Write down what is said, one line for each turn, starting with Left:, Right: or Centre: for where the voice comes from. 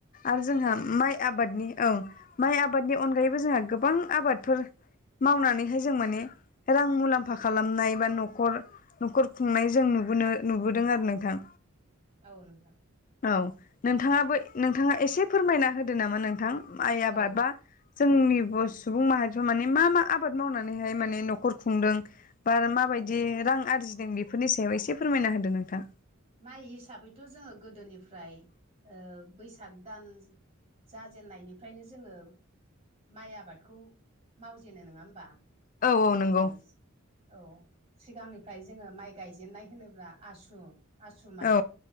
Left: आरो जोंहा
Right: औ नोंथां
Left: माइ आबादनि औ माइ आबादनि अनगायैबो जोंहा गोबां आबादफोर मावनानैहाय जों माने रां मुलाम्फा खालामनाय बा न'खर न'खर खुंनाय जों नुबोनो नुबोदों आरो नोंथां
Right: औ नोंथां
Left: औ नोंथांङाबो नोंथांङा एसे फोरमायना होदो नामा नोंथां माइ आबाद
Right: औ
Left: बा जोंनिब' सुबुं माहारिफ्रा माने मा मा आबाद बाद मावनानैहाय माने न'खर खुंदों बा माबायदि
Right: औ
Left: रां आरजिदों बेफोरनि सायाव एसे फोरमायना होदो नोंथां
Right: उ माइ हिसाबैथ' जोङो गोदोनिफ्राय ओं बैसाग दान जाजेनायनिफ्रायनो जोङो माइ आबादखौ मावजेनो नङा होमबा?
Left: औ औ
Right: जोङो
Left: नंगौ
Right: औ सिगांनिफ्राय जोङो माइ गायजेननाय होनोब्ला आसु आसु माइ
Left: औ